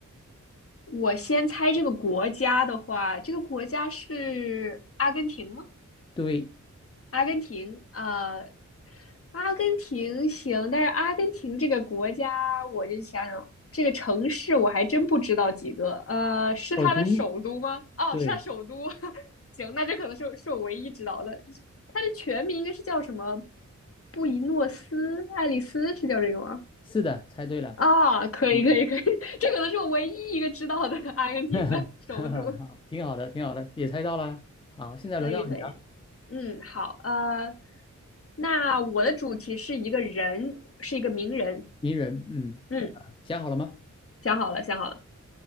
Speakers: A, on the left; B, on the left.
A: 我先猜这个国家的话，这个国家是阿根廷吗？
B: 对。
A: 阿根廷，呃，阿根廷行，但是阿根廷这个国家，我就想想，这个城市我还真不知道几个。呃，是它的首都吗？
B: 首都，
A: 哦，
B: 对，
A: 是它首都。<laughs> 行，那这可能是是我唯一知道的。它的全名应该是叫什么？布宜诺斯艾利斯是叫这个吗？
B: 是的，猜对了，
A: 啊，可以，
B: 嗯，
A: 可以，可以，<laughs> 这可能是我唯一一个知道的阿根廷的首都。
B: <laughs> 好，挺好的，挺好的，也猜到了。好，现在轮到你了，
A: 可以，可以。嗯，好，呃，那我的主题是一个人，是一个名人。
B: 名人，嗯，
A: 嗯，
B: 想好了吗？
A: 想好了，想好了，